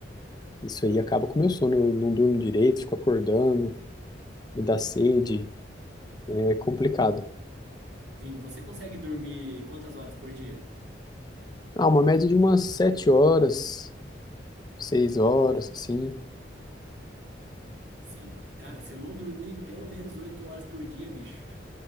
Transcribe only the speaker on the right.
Sim, você consegue dormir quantas horas por dia?
Sim. Cara, se eu não dormir pelo menos oito horas por dia, bicho,